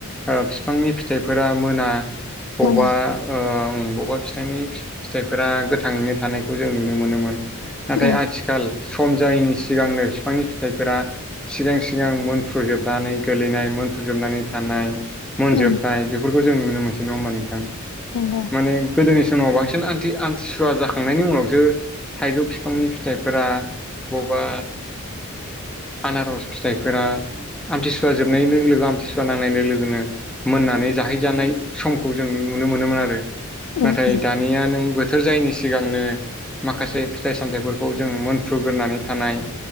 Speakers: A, in the centre; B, on the left (about 85°).
A: ओ फिफांनि फिथाइफोरा मोना बौबा
B: मोना
A: ओ ओं बबेबा फिथाइनि फिथाइफोरा गोथाङैनो थानायखौ जों नुनो मोनोमोन। नाथाय
B: उम
A: आथिखाल सम जायैनि सिगांनो फिफांनि फिथाइफोरा सिगां सिगां मोनफ्रुजोबनानै गोलैनाय मोनफ्रुजोबनानै थानाय मोनजोबनाय
B: उम
A: बेफोरखौ जों नुनो मोनसै नङा होमबा नोंथां?
B: नंगौ।
A: माने गोदोनि समाव बांसिन आन्थि आमथिसुवा जाखांनायनि उनावसो थाइजौ फिफांनि फिथाइफोरा बबेबा आनारस फिथाइफोरा आमथिसुवा जोबनाय लोगो लोगो आमथिसुवा नांनाय लोगो लोगोनो मोननानै जाहैजानाय समखौ जों नुनो मोनोमोन आरो
B: उम
A: नाथाय
B: उम
A: दानिया नों बो थोर जायैनि सिगांनो माखासे फिथाइ सामथाइफोरखौ जों मोनफ्रुग्रोनानै थानाय